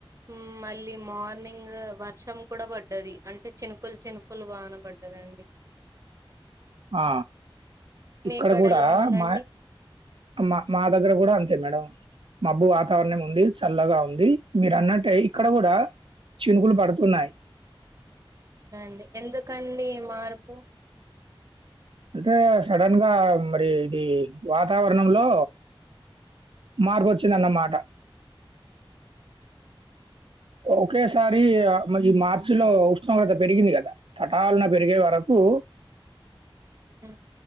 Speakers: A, on the right; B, on the right.
A: ఉం మళ్ళీ మార్నింగ్ వర్షం కూడా పడ్డది అంటే చినుకులు చినుకులు వాన పడ్డది అదండి
B: ఆ
A: మీకాడ
B: ఇక్కడ కూడా
A: ఎలా ఉందండి
B: మా మా మా దగ్గర కూడా అంతే మేడం మబ్బు వాతావరణం ఉంది చల్లగా ఉంది మీరు అన్నట్టే ఇక్కడ కూడా చినుకలు పడుతున్నయి
A: అవునండి ఎందుకండి ఈ మార్పు
B: అంటే సడన్ గా మరి ఇది వాతావరణంలో మార్పోచ్చిందిన్నమాట ఒకేసారి ఈ మార్చి లో ఉష్ణోగ్రత పెరిగింది కదా తటాలన పెరిగే వరకు కు
A: హ